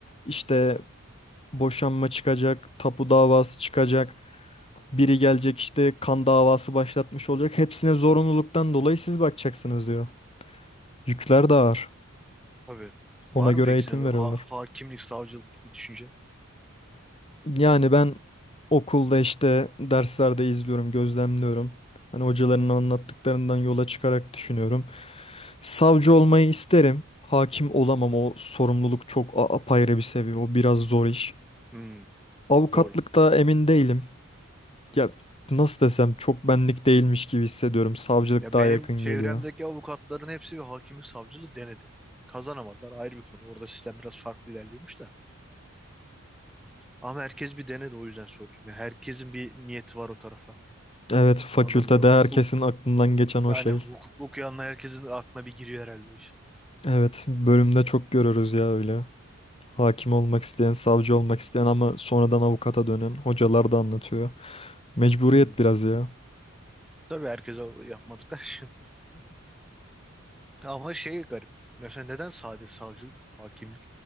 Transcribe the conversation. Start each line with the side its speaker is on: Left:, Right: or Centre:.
Left: işte boşanma çıkacak, tapu davası çıkacak. Biri gelecek işte kan davası başlatmış olacak. Hepsine zorunluluktan dolayı siz bakacaksınız diyor. Yükler de ağır.
Centre: Hı. Tabii.
Left: Ona
Centre: Var
Left: göre
Centre: mı peki
Left: eğitim
Centre: senin böyle
Left: veriyorlar.
Centre: ha- hakimlik, savcılık gibi düşüncen?
Left: Yani ben okulda işte derslerde izliyorum, gözlemliyorum. Hani hocaların anlattıklarından yola çıkarak düşünüyorum. Savcı olmayı isterim. Hakim olamam. O sorumluluk çok a- apayrı bir seviye. O biraz zor iş.
Centre: Hmm,
Left: Avukatlıkta
Centre: doğru.
Left: emin değilim. Ya nasıl desem çok benlik değilmiş gibi hissediyorum. Savcılık
Centre: Ya
Left: daha
Centre: benim
Left: yakın
Centre: çevremdeki
Left: geliyor.
Centre: avukatların hepsi bir hakimlik savcılığı denedi. Kazanamadılar ayrı bir konu. Orada sistem biraz farklı ilerliyormuş da. Ama herkes bir denedi o yüzden sordum. Ya herkesin bir niyeti var o tarafa.
Left: Evet, fakültede
Centre: Anladım. Hukuk,
Left: herkesin aklından geçen o
Centre: yani
Left: şey.
Centre: hukuk okuyanlar herkesin aklına bir giriyor herhalde o iş.
Left: Evet, bölümde çok görürüz ya öyle. Hakim olmak isteyen, savcı olmak isteyen ama sonradan avukata dönen hocalar da anlatıyor. Mecburiyet
Centre: Hmm.
Left: biraz ya.
Centre: Tabii herkese yapmadıklar şey. <laughs> Ama şey garip. Mesela neden sadece savcılık, hakimlik